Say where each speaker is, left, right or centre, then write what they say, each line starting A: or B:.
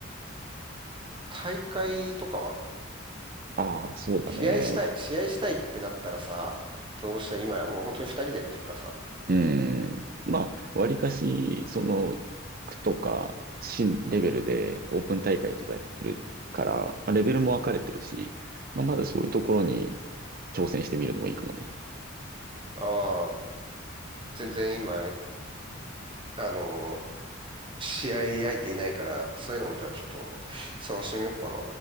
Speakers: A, on the right (about 25°); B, on the right (about 45°).
A: 大会とかは
B: ああ、そうだね。
A: 試合したい、試合したいってなったらさ、どうしたら今やもう本当に二人でやってるからさ。
B: うん。まあ、わりかし、その、区とか、新レベルでオープン大会とかやってるから、まあレベルも分かれてるし、まあ、まだそういうところに挑戦してみるのもいいかもね。
A: ああ、全然今、あのー試合相手いないから、そういうのもじゃあちょっと探してみようかな。